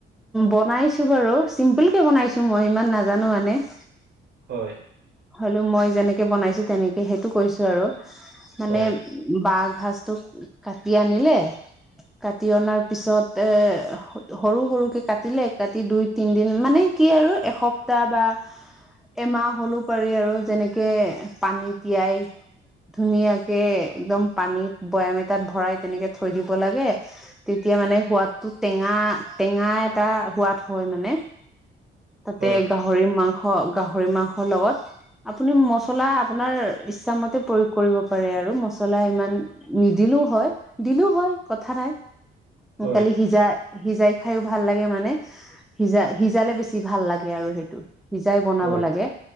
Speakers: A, in the centre; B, on the right.
A: বনাইছো বাৰু চিম্পুল কে বনাইছো। মই ইমান নাজানো মানে
B: হয়
A: হলো মই যেনেকে বনাইছো তেনেকে সেইটো কৈছো আৰু মানে
B: হয়
A: বাঘ ভাজটো কাটি আনিলে কাটি অনাৰ পিছত এ সৰু সৰুকে কাটিলে কাটি দুই তিনদিন মানে কি আৰু এসপ্তাহ বা এমাহ হলেও। পাৰি আৰু যেনেকে পানী তিয়াই ধুনীয়াকে একদম পানীত বৈয়াম এটাত ভৰাই তেনেকে থৈ দিব লাগে তে এতিয়া মানে সোৱাদটো টেঙা টেঙা এটা সোৱাদ হয় মানে। তাতে
B: হয়
A: গাহৰি মাংস গাহৰি মাংসৰ লগত আপুনি মছলা আপোনাৰ ইচ্ছামতে প্ৰয়োগ কৰিব পাৰে আৰু মছলা ইমান নিদিলেও হয় দিলেও হয় কথা নাই
B: হয়
A: কালি সিজা সিজাই খাইয়ো ভাল লাগে মানে সিজা সিজালে বেছি ভাল লাগে আৰু সেইটো সিজাই বনাব
B: হয়
A: লাগে